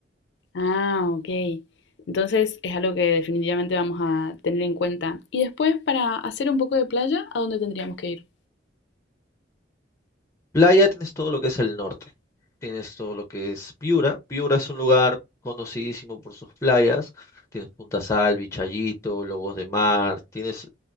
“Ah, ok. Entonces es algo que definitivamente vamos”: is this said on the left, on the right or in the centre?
Left